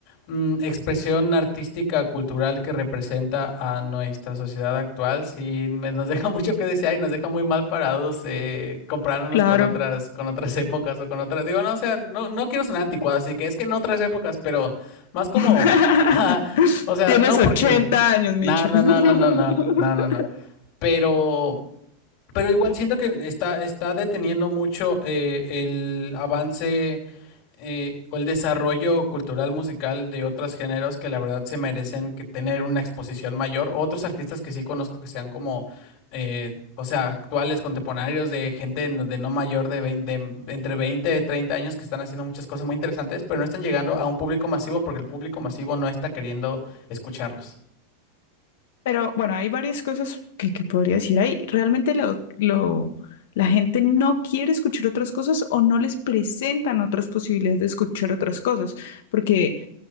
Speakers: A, on the left; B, on the left.
A: mm, expresión artística, cultural que representa a nuestra sociedad actual, sí me- nos deja <laughs> mucho que desear y nos deja muy mal parados eh, comparándonos
B: claro.
A: con otras, con otras épocas o con otras. Digo, no, o sea, no, no quiero sonar anticuado, así que es que en otras épocas, pero más como,
B: <laughs>
A: <laughs> ah, o sea,
B: Tienes
A: no
B: 80
A: porque,
B: años, Mitchell.
A: no, no, no, no, no, no,
B: <laughs>
A: no, no, no, pero pero igual siento que está, está deteniendo mucho eh, el avance eh, o el desarrollo cultural musical de otros géneros que la verdad se merecen que tener una exposición mayor. Otros artistas que sí conozco que sean como, eh, o sea, actuales, contemporáneos, de gente no- de no mayor de 20 de entre 20 y 30 años que están haciendo muchas cosas muy interesantes, pero no están llegando a un público masivo porque el público masivo no está queriendo escucharlos.
B: Pero bueno, hay varias cosas que, que podría decir ahí. Realmente lo, lo- la gente no quiere escuchar otras cosas o no les presentan otras posibilidades de escuchar otras cosas, porque